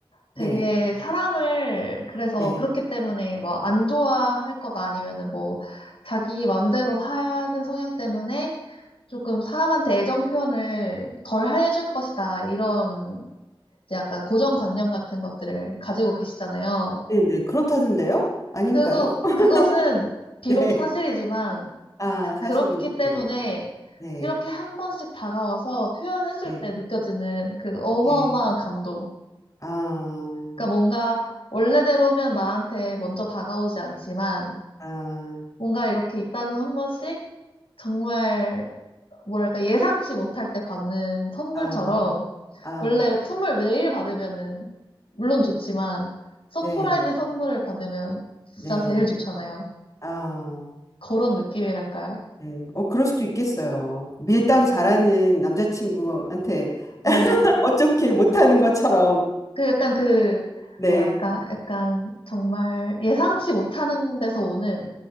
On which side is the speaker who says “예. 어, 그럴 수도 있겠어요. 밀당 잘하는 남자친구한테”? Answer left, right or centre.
Left